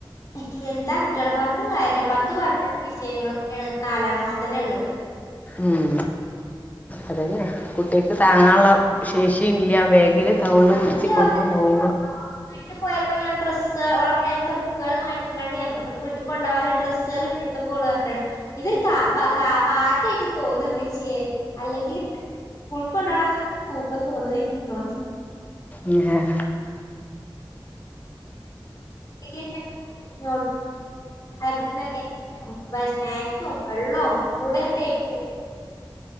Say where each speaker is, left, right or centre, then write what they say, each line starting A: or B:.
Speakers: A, on the left (about 40°); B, on the left (about 20°).
A: ആ എന്താ കുട്ടികളെ പറഞ്ഞിട്ടും കാര്യമില്ല പത്ത് പന്ത്രണ്ട് വിഷയങ്ങളൊക്കെയാണ് നാലാം ക്ലാസിൽ തന്നെ ഉള്ളത്
B: ഉം അതന്നെ കുട്ടിക്ക് താങ്ങാനുള്ള ശേഷിയ ഇല്ല വേഗ എങ്ക കൗള്ള്
A: സത്യം
B: പിടിച്ച
A: പറഞ്ഞാ
B: കൊണ്ടു പൊമ്പോ
A: വീട്ട് പോയപ്പോ ഞാൻ ഡ്രസ്സ്ളടെ വേഗത്തെ ബുക്കുകൾ മാറ്റിങ്ങാണ്ട് വീട്ടിൽ കൊണ്ടപകല്ല ഡ്രസ്സുകൾ ഇട്ടെടുത്തപ്പോ ഇതൊരു കാ കാ പാറ്റായിട്ട് തോന്ന മേച്ചിയെ അല്ലെങ്കിൽ ഉൾക്കൊണ്ടാണ് തൂക്കം തോന്നുന്നോ
B: ഉം
A: <unintelligible> നോ അതപോലെ തന്നെ സ്നാക്സും വെള്ളവും കൂടെങ്ങട്ടറ്റൻ പറ്റ